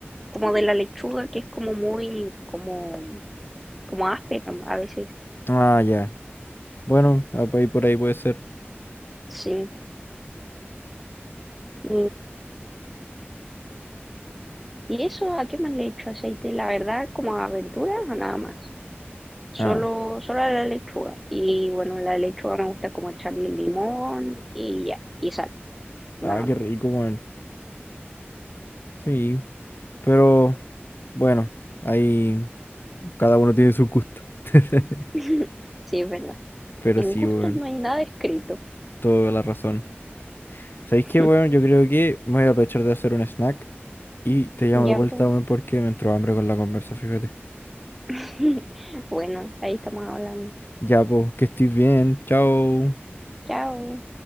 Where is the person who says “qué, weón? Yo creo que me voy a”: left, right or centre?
Left